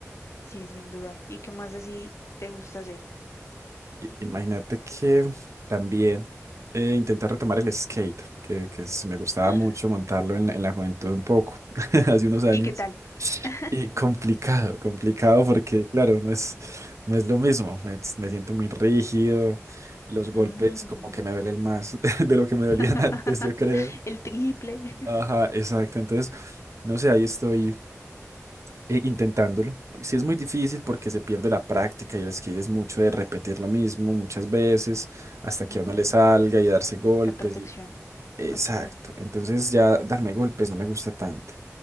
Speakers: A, on the left (about 65°); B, on the right (about 65°).
A: sí, sin duda. ¿Y qué más así te gusta hacer?
B: I- imagínate que también eh, intenté retomar el skate, que, que es- me gustaba
A: <gasps>
B: mucho montarlo en, la- en la juventud un poco, <laughs> hace unos años.
A: ¿Y qué tal? <laughs>
B: Y complicado, complicado porque, claro, no es, no es lo mismo, me, me siento muy rígido, los golpes
A: Mm,
B: como que me duelen más <laughs> de lo que me
A: <laughs>
B: dolían <laughs> antes, yo creo.
A: El triple.
B: Ajá, exacto, entonces... No sé, ahí estoy e- intentándolo. Sí es muy difícil porque se pierde la práctica y el skate es mucho de repetir lo mismo muchas veces hasta
A: <laughs>
B: que
A: Ujú,
B: a uno le salga y darse golpes
A: La perfección.
B: y... Exacto.
A: Ok.
B: Entonces ya darme golpes no me gusta tanto.